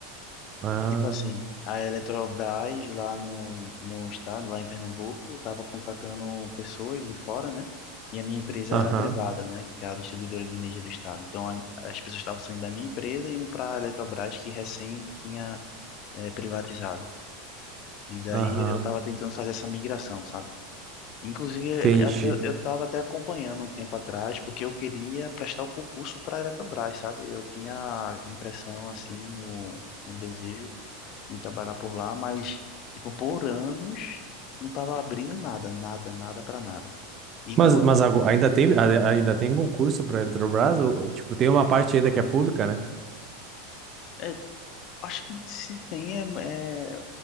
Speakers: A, on the right (about 35°); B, on the left (about 45°).
A: Ah,
B: Tipo assim, a Eletrobras lá no, no estado, lá em Pernambuco, estava contratando pessoas de fora, né? E a minha empresa
A: aham,
B: era privada, né? Que é a distribuidora de energia do estado. Então a- as pessoas estavam saindo da minha empresa e indo para a Eletrobras, que recém tinha eh, privatizado. E daí
A: aham,
B: eu estava tentando fazer essa migração, sabe? Inclusive, eu
A: entendi.
B: até- eu estava até acompanhando um tempo atrás, porque eu queria prestar o concurso para a Eletrobras, sabe? Eu tinha a impressão, assim, o, um desejo de trabalhar por lá, mas, tipo, por anos não tava abrindo nada, nada, nada para nada. E
A: Mas,
B: quando.
A: mas ago- ainda tem, a- ainda tem concurso para a Eletrobras? Ou, ou, tipo, tem uma parte ainda que é pública, né?
B: é, acho que se tem, é, é,